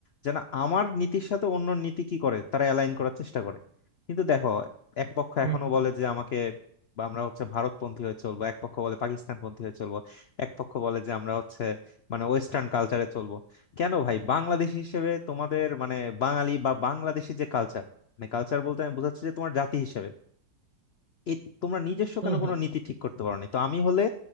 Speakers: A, on the left (about 70°); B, on the right (about 35°).
A: যেন আমার নীতির সাথে অন্য নীতি কি করে তারা অ্যালাইন করার চেষ্টা করে কিন্তু দেখো এক পক্ষ
B: হুম
A: এখনো
B: হুম
A: বলে যে আমাকে বা আমরা হচ্ছে ভারতপন্থী হয়ে চলবো এক পক্ষ বলে পাকিস্তানপন্থী হয়ে চলবো এক পক্ষ বলে যে আমরা হচ্ছে মানে ওয়েস্টার্ন কালচারে চলবো কেন ভাই বাংলাদেশী হিসেবে তোমাদের মানে বাঙালি বা বাংলাদেশী যে কালচার মানে কালচার বলতে আমি বোঝাচ্ছি যে তোমার জাতি হিসেবে এ তোমরা নিজস্ব
B: হম
A: কেন
B: হম
A: কোনো নীতি ঠিক করতে পারোনি তো আমি হলে